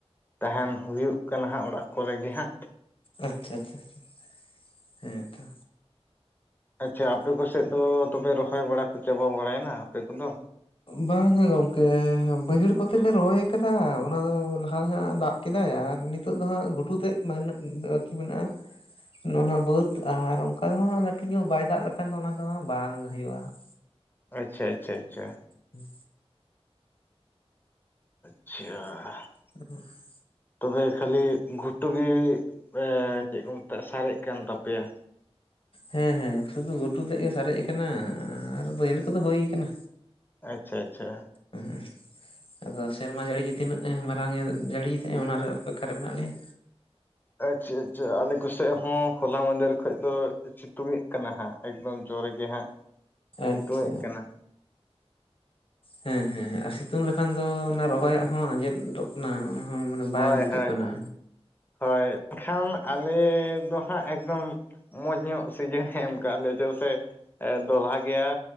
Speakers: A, on the left (about 20°); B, on the left (about 55°).
A: ᱛᱟᱦᱮᱱ ᱦᱩᱭᱩᱜ ᱠᱟᱱᱟ ᱦᱟᱸᱜ ᱚᱲᱟᱜ ᱠᱚᱨᱮ ᱜᱮ ᱦᱟᱸᱜ᱾
B: ᱟᱪᱪᱷᱟ ᱟᱪᱪᱷᱟ ᱟᱪᱷᱟ ᱦᱮᱸ ᱛᱚ᱾
A: ᱟᱪᱪᱷᱟ ᱟᱯᱮ ᱠᱚᱥᱮᱫ ᱫᱚ ᱛᱚᱵᱮ ᱨᱚᱦᱚᱭ ᱵᱟᱲᱟ ᱠᱚ ᱪᱟᱵᱟ ᱵᱟᱲᱟᱭᱮᱱᱟ ᱟᱯᱮ ᱠᱚᱫᱚ᱾
B: ᱵᱟᱝᱟ ᱜᱮ ᱜᱚᱝᱠᱮ ᱵᱟᱹᱭᱦᱟᱹᱲ ᱠᱚᱛᱮ ᱞᱮ ᱨᱚᱦᱚᱭ ᱟᱠᱟᱫᱟ ᱚᱱᱟ ᱫᱚ ᱞᱟᱦᱟ ᱨᱮ ᱦᱟᱸᱜ ᱫᱟᱜ ᱠᱮᱫᱟᱭ ᱟᱨ ᱱᱤᱛᱚᱜ ᱫᱚ ᱦᱟᱸᱜ ᱜᱷᱩᱴᱩ ᱛᱮᱫ ᱢᱮᱱᱟᱜ ᱵᱟᱠᱤ ᱢᱮᱱᱟᱜ-ᱟ᱾ ᱱᱚᱣᱟ ᱦᱟᱸᱜ ᱵᱟᱹᱫ ᱟᱨ ᱚᱱᱠᱟ ᱫᱚ ᱦᱟᱸᱜ ᱞᱟᱹᱴᱷᱩ ᱧᱚᱜ ᱵᱟᱭ ᱫᱟᱜ ᱞᱮᱠᱷᱟᱱ ᱫᱚ ᱚᱱᱟ ᱫᱚ ᱦᱟᱸᱜ ᱵᱟᱝ ᱦᱩᱭᱩᱜᱼᱟ ᱦᱟᱸᱜ᱾
A: ᱟᱪᱪᱷᱟ ᱟᱪᱪᱷᱟ ᱟᱪᱪᱷᱟ᱾
B: ᱦᱩᱸ᱾
A: <unintelligible>
B: <inaudible>
A: ᱛᱚᱵᱮ ᱠᱷᱟᱹᱞᱤ ᱜᱷᱩᱴᱩᱜᱤ ᱮ ᱪᱮᱫ ᱠᱚ ᱢᱮᱛᱟᱜᱼᱟ ᱥᱟᱨᱮᱡ ᱟᱠ ᱛᱟᱯᱮᱭᱟ᱾
B: ᱦᱮᱸ ᱦᱮᱸ ᱥᱩᱫᱷᱩ ᱜᱷᱩᱴᱩ ᱛᱮᱫ ᱜᱮ ᱥᱟᱨᱮᱡ ᱟᱠᱟᱱᱟ ᱟᱨ ᱵᱟᱹᱭᱦᱟᱹᱲ ᱠᱚᱫᱚ ᱦᱩᱭ ᱟᱠᱟᱱᱟ᱾
A: ᱟᱪᱪᱷᱟ ᱟᱪᱪᱷᱟ᱾
B: ᱦᱩᱸ᱾ ᱟᱫᱚ ᱥᱮᱨᱢᱟ ᱡᱟᱹᱲᱤ ᱜᱮ ᱛᱤᱱᱟᱹᱜ ᱮ ᱢᱟᱨᱟᱝ ᱮ ᱡᱟᱹᱲᱤᱭ ᱮᱫᱟᱭ ᱚᱱᱟ ᱨᱮ ᱚᱯᱮᱠᱠᱟᱨ ᱨᱮ ᱢᱮᱱᱟᱜ ᱞᱮᱭᱟ᱾
A: ᱟᱪᱪᱷᱟ ᱟᱪᱪᱷᱟ᱾ ᱟᱞᱮ ᱠᱚ ᱥᱮᱫ ᱦᱚᱸ ᱦᱚᱞᱟ ᱢᱟᱦᱫᱮᱨ ᱠᱷᱚᱡ ᱫᱚ ᱥᱤᱛᱩᱝ ᱮᱜ ᱠᱟᱱᱟ ᱦᱟᱸᱜ᱾ ᱮᱠᱫᱚᱢ ᱡᱳᱨᱮ ᱜᱮ ᱦᱟᱸᱜ ᱥᱤᱛᱩᱝ
B: ᱟᱪᱪᱷᱟ
A: ᱮᱫ ᱠᱟᱱᱟ᱾
B: ᱦᱮᱸ ᱦᱮᱸ ᱟᱨ ᱥᱤᱛᱩᱝ ᱞᱮᱠᱷᱟᱱ ᱫᱚ ᱚᱱᱟ ᱨᱚᱦᱚᱭᱟᱜ ᱦᱚᱸ ᱟᱸᱡᱮᱫ ᱫᱚ ᱚᱱᱟ ᱦᱚᱸ ᱢᱟᱱᱮ ᱵᱟᱝ
A: ᱦᱳᱭ
B: ᱡᱩᱛᱩᱜ
A: ᱦᱳᱭ
B: ᱠᱟᱱᱟ᱾
A: ᱦᱳᱭ ᱦᱳᱭ᱾ ᱮᱱᱠᱷᱟᱱ ᱟᱞᱮ ᱫᱚ ᱦᱟᱸᱜ ᱮᱠᱫᱚᱢ ᱢᱚᱡᱽ ᱧᱚᱜ ᱥᱤᱡᱤᱱ ᱦᱮᱸ ᱮᱢ ᱟᱠᱟᱫ ᱞᱮᱭᱟ ᱪᱮᱫ ᱥᱮ ᱮ ᱫᱚᱞᱦᱟ ᱜᱮᱭᱟ᱾